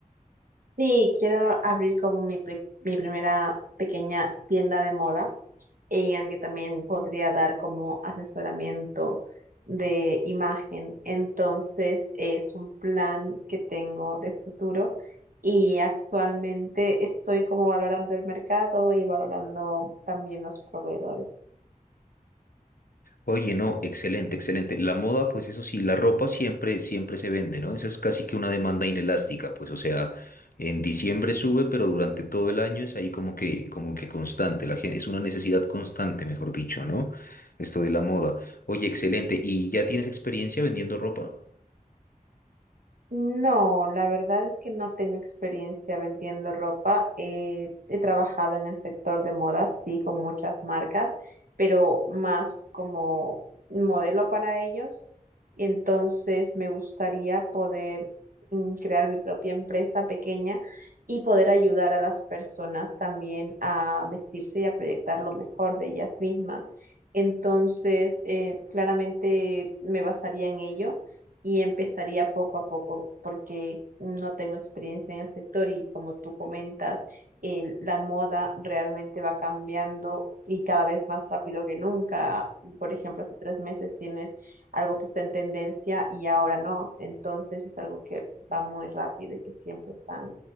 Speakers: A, on the right; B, on the left.
A: Sí, quiero abrir como mi, pre- mi primera pequeña tienda de moda, eh, en la que también podría dar como asesoramiento de imagen. Entonces, es un plan que tengo de futuro y actualmente estoy como valorando el mercado y valorando también los proveedores.
B: Oye, no, excelente, excelente. La moda, pues eso sí, la ropa siempre, siempre se vende, ¿no? Esa es casi que una demanda inelástica, pues, o sea, en diciembre sube, pero durante todo el año es ahí como que, como que constante, la gente, es una necesidad constante, mejor dicho, ¿no? Esto de la moda. Oye, excelente. ¿Y ya tienes experiencia vendiendo ropa?
A: No, la verdad es que no tengo experiencia vendiendo ropa. Eh, he trabajado en el sector de moda, sí, con muchas marcas, pero más como modelo para ellos. Y entonces me gustaría poder mm, crear mi propia empresa pequeña y poder ayudar a las personas también a vestirse y a proyectar lo mejor de ellas mismas. Entonces, eh, claramente me basaría en ello y empezaría poco a poco porque no tengo experiencia en el sector y como tú comentas, el- la moda realmente va cambiando y cada vez más rápido que nunca. Por ejemplo, hace tres meses tienes algo que está en tendencia y ahora no. Entonces es algo que va muy rápido y que siempre están